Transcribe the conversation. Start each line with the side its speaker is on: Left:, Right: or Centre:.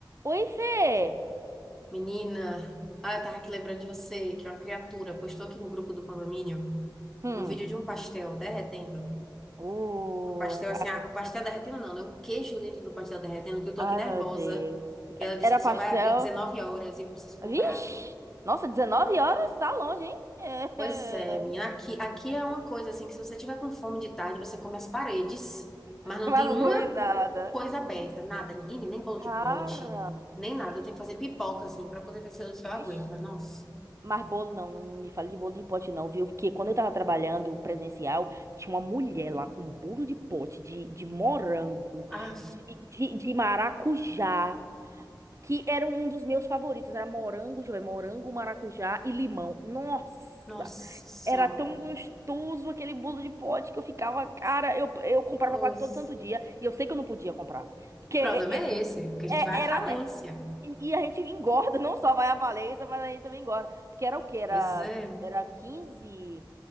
Right: Oi, Fê!
Centre: Menina, ah, eu tava aqui lembrando de você, que é uma criatura postou aqui no grupo do condomínio
Right: Hum.
Centre: um vídeo de um pastel derretendo.
Right: Uh,
Centre: Um pastel assim, ah, o pastel derretendo não, né? O queijo dentro do pastel derretendo, que eu tô
Right: ai,
Centre: aqui nervosa.
Right: meu Deus.
Centre: E ela disse
Right: Era
Centre: que
Right: pastel.
Centre: só vai abrir 19 horas e eu preciso comprar.
Right: Vixe! Nossa, 19 horas? Tá longe, hein? <laughs>
Centre: Pois é, menina, aqui, aqui é uma coisa assim, que se você tiver com fome de tarde, você come as paredes, mas não
Right: Mas
Centre: tem
Right: não
Centre: uma
Right: comi nada.
Centre: coisa aberta, nada, ninguém, nem bolo
Right: Cara.
Centre: de pote, nem nada. Eu tenho que fazer pipoca, assim, pra poder ver se eu, se
Right: Vixe.
Centre: eu aguento, mas nossa.
Right: Mas bolo, não, não, não me fale de bolo de pote, não, viu? Porque quando eu tava trabalhando presencial, tinha uma mulher lá com bolo de pote, de, de morango,
Centre: Ah,
Right: de, de, de maracujá. que era um dos meus favoritos. Era morango, deixa eu ver, morango, maracujá e limão. Nossa,
Centre: Nossa Senhora.
Right: era tão gostoso aquele bolo de pote que eu ficava, cara, eu, eu comprava
Centre: Nossa.
Right: quase todo santo dia e eu sei que eu não podia comprar. Porque
Centre: O problema
Right: é- é-
Centre: é esse, que a gente
Right: é-
Centre: vai à falência.
Right: era, e, e a gente engorda, não só vai à falência, mas a gente também engorda. Porque era o quê? Era,
Centre: Pois é.
Right: era quinze